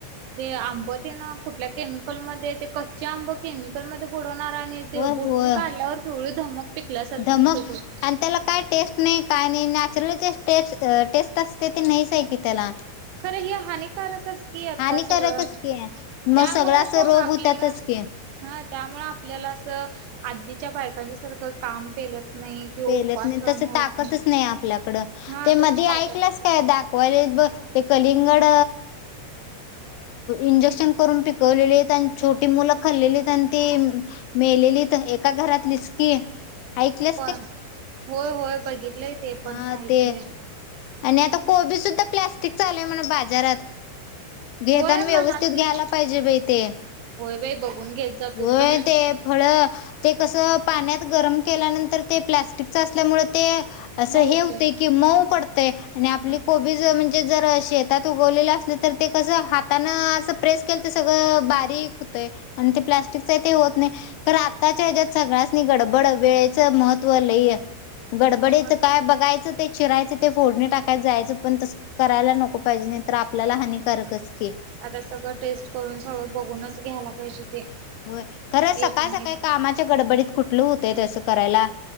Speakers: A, on the right; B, on the left.
A: ते आंब तेन कुठल्या केमिकलमध्ये ते कच्चे आंब केमिकलमध्ये बुडवणार आणि ते
B: होय
A: बुडवून
B: होय
A: काढल्यावर पिवळी धमक पिकल्यासारखी
B: धमक
A: दिसत होती
B: आणि त्याला काय टेस्ट नाही का नाही नॅचरल जे टेस्ट टेस्ट असते ते नाहीच आहे की त्याला
A: खरं हे हानिकारकच की आता
B: हानिकारकच
A: सगळं
B: की आहे मग
A: त्यामुळंच
B: सगळा अस
A: आपल्याला
B: रोग होतातच की
A: हा त्यामुळे आपल्याला असं आधीच्या बायकांच्या सारखं काम पेलत नाही किंवा
B: पेलत
A: उपवास
B: नाही
A: सहन
B: तस
A: होत
B: ताकतच नाही आपल्याकड
A: हा
B: ते मधे
A: तशी ताकद
B: ऐकलंस काय दाखवायलात बग ते कलिंगड इंजेक्शन करून पिकवलेले आहेत आणि छोटी मुलं खाल्लेलीत आणि मेलेलीत एका घरातलीच की ऐकल्या
A: प होय होय बघितलंय ते
B: हा
A: पण ऐकलंय
B: ते आणि आता कोबी सुद्धा प्लॅस्टिकचा आला आहे म्हणा बाजारात घेताना
A: होय
B: व्यवस्थित
A: म्हणालतीत
B: घ्यायला पाहिजे बाई ते
A: होय बाई बघून घेत जा तू
B: होय
A: पण.
B: ते फळ ते कसं पाण्यात गरम केल्यानंतर ते प्लॅस्टिकच असल्यामुळे ते असं
A: मऊचं.
B: हे होतय की मऊ पडतंय आणि आपली
A: हम्म
B: कोबी म्हणजे जर शेतात उगवलेलं असल तर ते कस हाताान असं प्रेस केलं तर सगळं बारीक होतय आणि ते प्लास्टिकच आहे ते होत नाही तर आत्ताच्या ह्याच्यात सगळ्यांसनी गडबड वेळेचं महत्त्व लई हे गडबडीत
A: हो
B: बघाचं ते चिरायचं ते फोडणी टाकायत जायचं पण तस करायला नको पाहिजे नाही तर आपल्याला हानिकारकच की
A: आता सगळं टेस्ट करून सगळं बघूनच घ्यायला पाहिजे ते
B: होय खरं सकाळ
A: एक आणि
B: सकाळी
A: एक
B: कामाच्या गडबडीत कुठलं होतय तसं करायला